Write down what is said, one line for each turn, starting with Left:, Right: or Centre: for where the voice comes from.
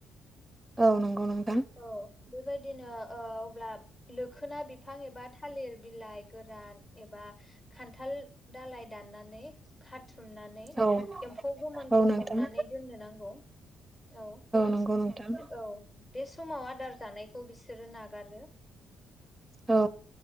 Right: औ नंगौ नोंथां
Left: औ बेबायदिनो ओ अब्ला लोखोना बिफां एबा थालिर बिलाइ गोरान एबा खान्थाल दालाइ दाननानै खाथुमनानै
Right: औ
Left: एम्फौ गोमोनखौ
Right: औ नोंथां
Left: हमनानै दोननो नांगौ। औ
Right: नंगौ नोंथां
Left: औ बे समाव आदार जानायखौ बिसोरो नागारो।
Right: औ